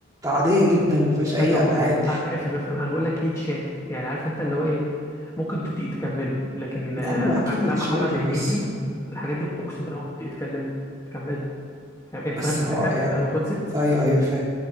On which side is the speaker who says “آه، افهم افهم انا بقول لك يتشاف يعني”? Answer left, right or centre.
Left